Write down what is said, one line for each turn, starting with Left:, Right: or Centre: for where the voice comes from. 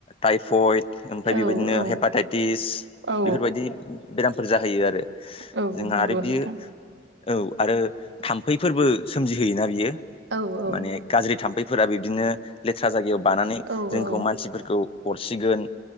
Left: टाइफयड ओमफ्राय
Right: औ
Left: बेबायदिनो
Right: औ
Left: हेपाटाइटिस
Right: औ
Left: बेफोरबायदि बेरामफोर जाहैयो आरो जोंहा
Right: औ नंगौ
Left: आरो बियो
Right: नोंथां
Left: औ आरो थाम्फैफोरबो सोमजिहोयोना बियो
Right: औ औ
Left: माने गाज्रि थाम्फै फोरा बिब्दिनो लेथ्रा जायगायाव बानानै
Right: औ
Left: जोंखौ
Right: औ
Left: मानसिफोरखौ अरसिगोन